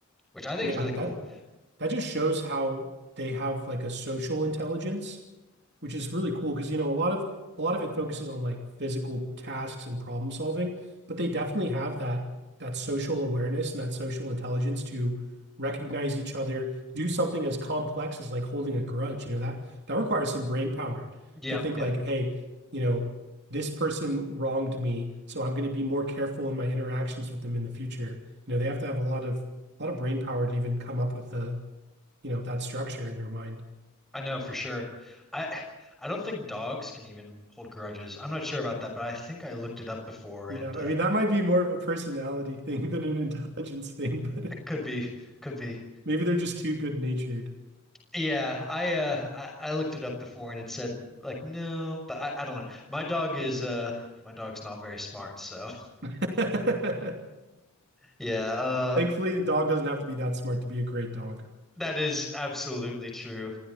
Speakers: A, in the centre; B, on the right.
A: which I think
B: Yeah,
A: is really
B: that
A: cool.
B: That just shows how they have like a social intelligence, which is really cool because you know a lot of a lot of it focuses on like physical tasks and problem solving, but they definitely have that that social awareness and that social intelligence to recognize each other, do something as complex as like holding a grudge. You know, that that requires some brain power
A: Yep,
B: to think
A: yep.
B: like, hey, you know, this person wronged me, so I'm going to be more careful in my interactions with them in the future. You know, they have to have a lot of a lot of brain power to even come up with a you know, that structure in their mind.
A: I know for sure. I <sighs> I don't think dogs can even hold grudges. I'm not sure about that, but I think I looked it up before
B: Yeah,
A: and
B: I
A: uh
B: mean, that might be more of a personality <laughs> thing than an intelligence thing, but
A: it could be could be.
B: maybe they're just too good-natured.
A: Yeah, I uh I, I looked it up before and it said like no, but I, I don't know. My dog is uh my dog's not very smart, so
B: <laughs>
A: Yeah, uh
B: Well, thankfully, the dog doesn't have to be that smart to be a great dog.
A: that is absolutely true.